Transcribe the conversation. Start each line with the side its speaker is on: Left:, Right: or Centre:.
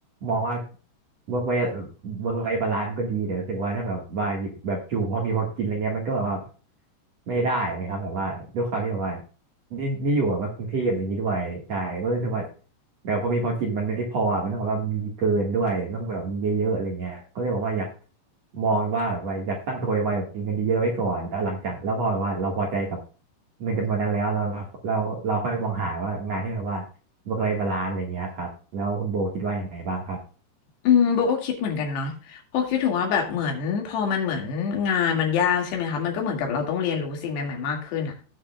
Right: มองว่าวิรว้เว้บาลานซ์มันก็ดีแต่รู้สึกว่าถ้าแบบว่าแบบอยู่พอมีพอกินอะไรเงี้ยมันก็แบบว่าไม่ได้ไหมครับแบบว่าด้วยความที่แบบว่า นี่นี่อยู่แบบว่ากรุงเทพอย่างนี้ด้วยใช่ก็รู้สึกว่าแบบพอมีพอกินมันไม่พออะมันต้องแบบว่ามีเกินด้วยต้องแบบมีเยอะๆอะไรเงี้ยก็เลยบอกว่าอยากมองว่าแบบว่าอยากตั้งตัวไว้แบบมีเงินเยอะๆไว้ก่อนแล้วหลังจากแล้วพอแบบว่าเราพอใจกับเงินจำนวนนั้นแล้วเราเราเราค่อยมองหาว่างานที่แบบว่าเมื่อไรบาลานซ์อะไรเงี้ยครับแล้วคุณโบคิดว่ายังไงบ้างครับ
Left: อืมโบก็คิดเหมือนกันเนาะเพอคิดถึงว่าแบบเหมือนพอมันเหมือนงานมันยากใช่ไหมคะมันก็เหมือนกับเราต้องเรียนรู้สิ่งใหม่ๆมากขึ้นอ่ะ